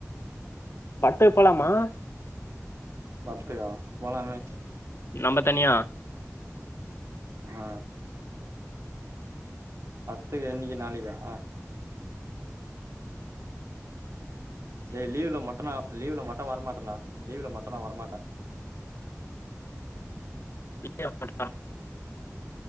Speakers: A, on the left; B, on the right.
A: பட்த்துக் போலாமா
B: பட்த்துக்கா போலாமே
A: நம்ப தனியா
B: அ பட்த்துக்கு இன்னிக்கா நாளைக்கா ஆ? டே லீவ்ல மட்டு நா லீவ்ல மட்டு வரமாட்டன்டா லீவ்ல மட்டு நா வரமாட் ட
A: <inaudible>